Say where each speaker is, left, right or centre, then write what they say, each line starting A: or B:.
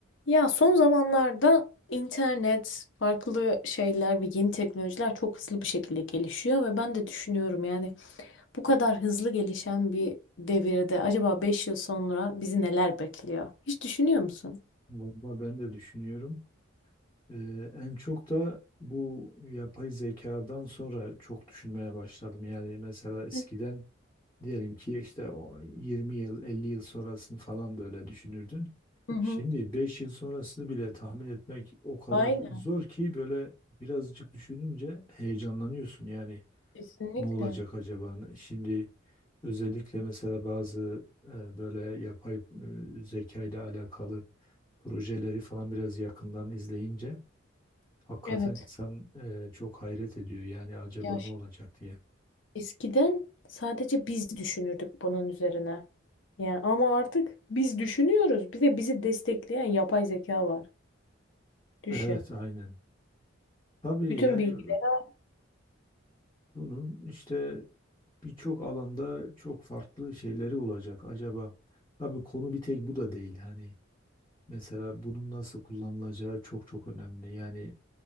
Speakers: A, on the left; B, on the left.
A: Ya son zamanlarda internet, farklı şeyler ve yeni teknolojiler çok hızlı bir şekilde gelişiyor ve ben de düşünüyorum yani bu kadar hızlı gelişen bir devirde acaba 5 yıl sonra bizi neler bekliyor? Hiç düşünüyor musun?
B: Valla ben de düşünüyorum. Ee, en çok da bu yapay zekadan sonra çok düşünmeye başladım. Yani mesela eskiden
A: Evet.
B: diyelim ki işte o 20 yıl, 50 yıl sonrasını falan böyle düşünürdün.
A: Hı hı.
B: Şimdi 5 yıl sonrasını bile tahmin etmek o kadar
A: Aynen,
B: zor ki böyle birazcık düşününce heyecanlanıyorsun. Yani
A: kesinlikle.
B: ne olacak acaba? Şimdi özellikle mesela bazı e, böyle yapay e, zeka ile alakalı projeleri falan biraz yakından izleyince hakikaten
A: Evet.
B: insan e, çok hayret ediyor. Yani acaba
A: Ya
B: ne
A: şimdi
B: olacak diye.
A: eskiden sadece biz düşünürdük bunun üzerine. Yani ama artık biz düşünüyoruz. Bir de bizi destekleyen yapay zeka var. Düşün.
B: Evet, aynen. Tabii
A: Bütün
B: yani
A: bilgileri.
B: e, bunun işte birçok alanda çok farklı şeyleri olacak acaba. Tabii konu bir tek bu da değil. Hani mesela bunun nasıl kullanılacağı çok çok önemli. Yani